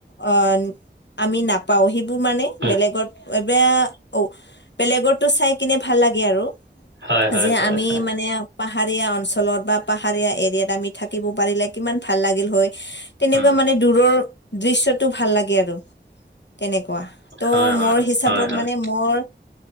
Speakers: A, on the left; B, on the right.
A: অ' আমি নাপাওঁ, সেইবোৰ মানে
B: হুহ,
A: বেলেগত বেয়া অ', বেলেগৰটো চাই কিনে ভাল লাগে আৰু।
B: হয় হয়
A: যে
B: হয়
A: আমি
B: হয়
A: মানে পাহাৰীয়া অঞ্চলত, বা পাহাৰীয়া এৰিয়াত আমি থাকিব পাৰিলে, কিমান ভাল লাগিল হয়। তেনেকুৱা
B: উম
A: মানে, দূৰৰ দৃশ্যটো ভাল লাগে আৰু, তেনেকুৱা। ত,
B: হয়
A: মোৰ
B: হয়
A: হিচাপত
B: হয় হয়
A: মানে মোৰ,